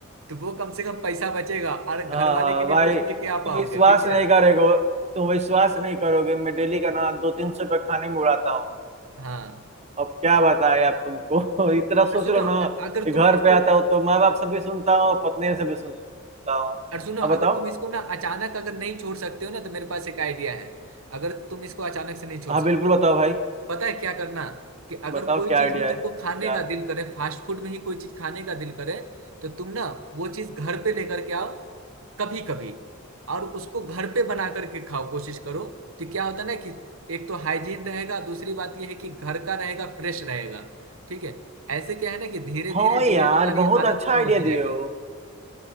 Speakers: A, on the right; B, on the right.
A: तो वो कम से कम पैसा बचेगा और घर
B: हाँ
A: वाले
B: हाँ
A: के लिए
B: भाई
A: कुछ लेके
B: तुम
A: आ पाओगे
B: विश्वास
A: ठीक
B: नहीं
A: है
B: करेगो तुम विश्वास नहीं करोगे मैं डेली का ना दो तीन सौ रुपये खाने में उड़ाता हूँ
A: हाँ
B: अब क्या बताए आप तुमको <laughs> इतना सोच
A: और सुनो
B: लो ना
A: अगर
B: कि
A: तुम
B: घर
A: इसको
B: पे आता हूँ तो माँ बाप से भी सुनता हूँ पत्नी से भी सुनता हूँ
A: और सुनो अगर
B: अब बताओ
A: तुम इसको ना अचानक अगर नहीं छोड़ सकते हो ना तो मेरे पास एक आइडिया है अगर तुम इसको अचानक से नहीं छोड़
B: हाँ
A: सकते
B: बिल्कुल बताओ भाई
A: पता है क्या करना कि अगर
B: बताओ
A: कोई
B: क्या
A: चीज
B: आइडिया
A: भी तुमको
B: है
A: खाने
B: क्या
A: का दिल करे फास्ट फूड में ही कोई चीज खाने का दिल करे तो तुम ना वो चीज घर पे लेकर के आओ कभी कभी और उसको घर पे बना करके खाओ कोशिश करो तो क्या होता है ना कि एक तो हाइजीन रहेगा दूसरी बात यह है कि घर का रहेगा फ्रेश रहेगा ठीक है ऐसे क्या है ना कि धीरे
B: हाँ
A: धीरे
B: यार
A: धीरे तुम्हारी
B: बहुत
A: आदत
B: अच्छा
A: कम
B: आइडिया
A: होती
B: दिए
A: जाएगी
B: हो